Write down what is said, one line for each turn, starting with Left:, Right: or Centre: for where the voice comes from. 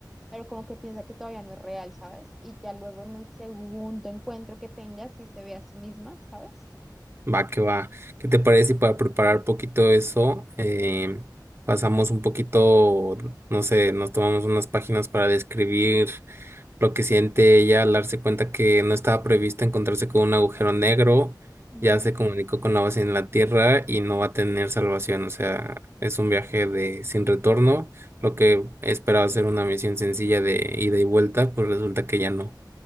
Centre: pero como que piensa que todavía no es real, ¿sabes? Y ya luego en el segundo encuentro que tenga, si se ve a sí misma, ¿sabes?
Right: va que va. ¿Qué te parece si para preparar un poquito eso eh, pasamos un poquito, no sé, nos tomamos unas páginas para describir lo que siente ella al darse cuenta que no estaba previsto encontrarse con un agujero negro,
Centre: Ujú.
Right: ya se comunicó con la base en la Tierra y no va a tener salvación, o sea, es un viaje de sin retorno, lo que esperaba ser una misión sencilla de ida y vuelta, pues resulta que ya no,